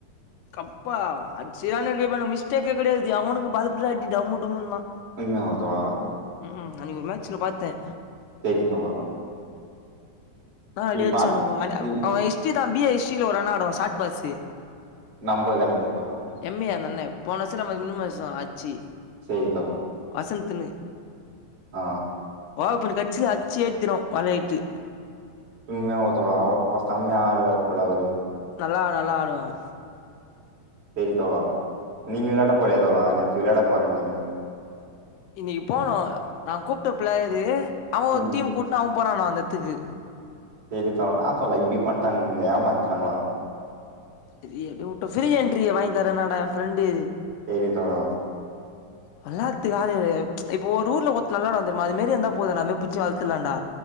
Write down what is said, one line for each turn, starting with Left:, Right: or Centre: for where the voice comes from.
Left: கப்பா அட்ச்சியானில்லையோ மிஸ்டேக்கே கெடையாது எவனுக்கு பாலபுடி அடி டம்மு டும்முன் தா
Right: <unintelligible>
Left: ம்ஹும் அன்னிக்கு ஒரு மேட்சல பாத்த
Right: தெரித்தொவரா
Left: நா அப்டே அச்சானுங்கோ
Right: பாத்
Left: அ
Right: நீ
Left: அவ ஹிஸ்ட்ரி தா பி ஏ ஹி்ஸ்ட்ரில ஒரு அண்ணா ஆடுவ சாட் பாஸு
Right: நம்பகல ஜோத்தாவா
Left: எம் ஏ அந்தண்ண போன வருசத்துல நம்ம மினிமம் வருஷோ ஆச்சி
Right: சே த
Left: வசந்துனு
Right: ஆ
Left: ஓப்பன் கட்சி அச்சு ஏத்திரும் வலையிட்டு
Right: உண்மையா <unintelligible> அவ ஸ்தம்மியா ஆழ்வார் போல அவரு
Left: நல்லா நல்லா ஆடுவாங்க
Right: சரி தோழா நீங்க வெளாட போலயா தோழா நேத்து வெளாட போறன்னீங்க
Left: இன்னிக்கு போனூ நா கூப்ட்ட ப்ளயரு அவ ஒரு
Right: ம்
Left: டீம் கூட்னு அவ போறான்னா அந்த எத்துக்கு
Right: சரி தல வா தல இப்டி பண்ட்டாங்க உங்கள ஏமாத்திட்டாங்களா
Left: சரி அப்டே உட்ட ஃப்ரீஎன்ரிய வாங்கி தரன்னாட ஃப்ரெண்டு
Right: சரி தோழா
Left: வல்லாத்துக்கு ஆளு இப்போ ஒரு ஊர்ல ஒருத்த நல்லாடுவ தெர்மா அது மேரி இந்தா போது நாமே புச்சி வள்த்துலாண்டா